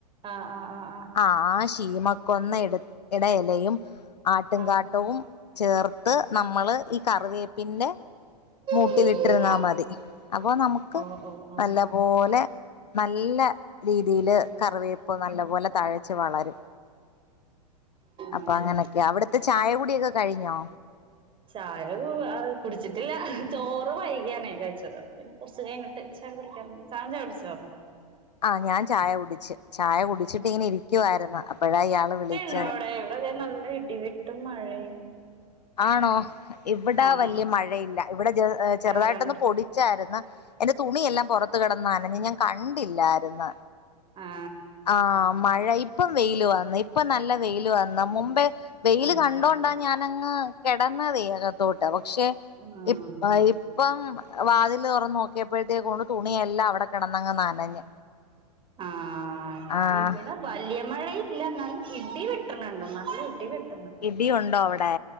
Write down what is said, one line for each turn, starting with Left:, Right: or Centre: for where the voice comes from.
Right: ആഹ് ആഹ് ആഹ്
Left: ആഹ് ആ ശീമ കൊന്ന എടത് എടെ എലയും ആട്ട്ങ്ങാട്ടവും
Right: ആ
Left: ചേർത്ത് നമ്മള് ഈ കറിവേപ്പിന്റെ മൂട്ടിലിട്ട്ര്ന്നാ
Right: ഉം ഉം ഉം
Left: മതി അപ്പൊ നമുക്ക്
Right: ഓ ഓ ഓ
Left: നല്ല പോലെ നല്ല രീതിയില് കറിവേപ്പ് നല്ല പോലെ തഴച്ച് വളരും
Right: ആണല്ലേ
Left: അപ്പൊ അങ്ങനൊക്കെയാ അവിടുത്തെ ചായ കുടിയൊക്കെ കഴിഞ്ഞോ?
Right: ചായ ആഹ് കുടിച്ചിട്ടില്ല ചോറ് വൈകിയാണേ കഴിച്ചത് പിന്നെ കുറച്ചു കഴിഞ്ഞ് ട്ട് ചായ കുടിക്കാന്ന്‌ താൻ ചായ കുടിച്ചോ?
Left: ആഹ് ഞാൻ ചായ കുടിച്ച് ചായ കുടിച്ചിട്ട് ഇങ്ങനെ ഇരിക്കുവായിരുന്നു അപ്പോഴാ ഇയാള് വിളിച്ച്
Right: ണ്ടോ അവിടെ ഇവിടെ ദേ നൽ ഇടിവെട്ടും മഴയും
Left: ആണോ ഇവിടെ
Right: ആ
Left: വലിയ മഴയില്ല ഇവിടെ ജ് ഏഹ് ചെറുതായിട്ടൊന്ന്
Right: കരണ്ട്
Left: പൊടി ച്ചായിരുന്ന് എന്റെ തുണിയെല്ലാം പുറത്ത് കിടന്ന് നനഞ്ഞ് ഞാൻ കണ്ടില്ലായിരുന്ന്
Right: ആ
Left: ആഹ് മഴ ഇപ്പം വെയില് വന്ന് ഇപ്പൊ നല്ല വെയില് വന്ന് മുമ്പേ വെയില്
Right: ആണല്ലേ
Left: കണ്ടോണ്ടാ ഞാനങ്ങ് കിടന്നതേ അകത്തോട്ട് പക്ഷേ
Right: ആഹ്
Left: ഇപ്പ ഇ ഇപ്പം വാതില് തുറന്ന് നോക്കിയപ്പോഴത്തേക്കുണ്ട് തുണിയെല്ലാം അവിടെ കിടന്നങ്ങ് നനഞ്ഞ്
Right: ആഹ്
Left: ആഹ്
Right: ഇവിടെ വലിയ മഴയില്ല എന്നാലും ഇടി വെട്ടണുണ്ട് നല്ല ഇടി വെട്ട്
Left: ഇടി ഉണ്ടോ അവിടെ